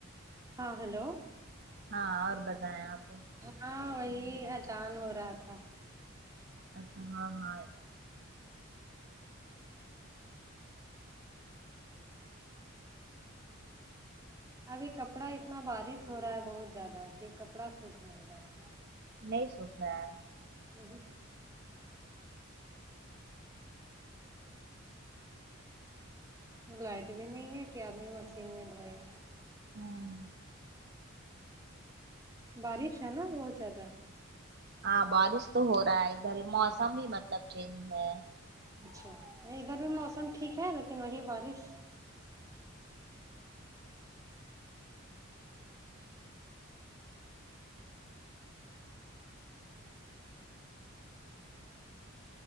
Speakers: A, on the right; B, on the right.
A: ہاں ہلو
B: ہاں اور بتائیں آپ
A: ہاں وہی اجان ہو رہا تھا
B: اچھا ہاں ہاں
A: ابھی کپڑا اتنا بارش ہو رہا ہے بہت زیادہ کہ کپڑا سوکھ نہیں رہا
B: نہیں سوکھ رہا
A: اہوں لائٹ بھی نہیں ہے کہ آدمی مشین میں دھوئے
B: ہوں
A: بارش ہے نا بہت زیادہ
B: ہاں بارش تو ہو رہا ہے ادھر موسم بھی مطلب چینج ہے
A: اچھا نہیں ادھر بھی موسم ٹھیک ہے لیکن وہی بارش